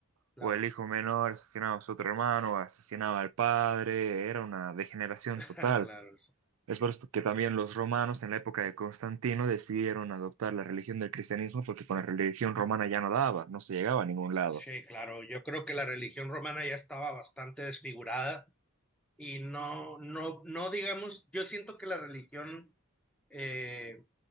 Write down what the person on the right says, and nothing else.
o el hijo menor asesinaba a su otro hermano, o asesinaba al padre, era una degeneración
total.
Es por esto que también los romanos en la época de Constantino decidieron adoptar la religión del cristianismo porque con la religión romana ya no daba, no se llegaba a ningún
lado.